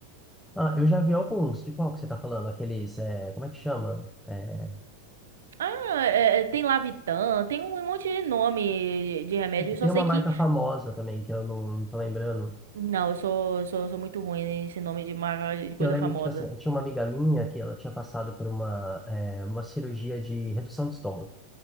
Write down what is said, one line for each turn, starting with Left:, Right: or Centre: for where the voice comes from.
Centre: Ah, eu já vi alguns. De qual que você tá falando? Aqueles, é, como é que chama? É,
Right: Ah, é, é, tem Lavitan, tem um monte de nome de remédio, eu só
Centre: tem
Right: sei
Centre: uma marca
Right: que...
Centre: famosa também que eu não, não tô lembrando.
Right: Não, eu sou, eu sou, eu sou muito ruim nesse nome de, marca- de coisa
Centre: Que eu lembro
Right: famosa.
Centre: que, tipo assim, eu tinha uma amiga minha que ela tinha passado por uma, é, uma cirurgia de redução de estômago.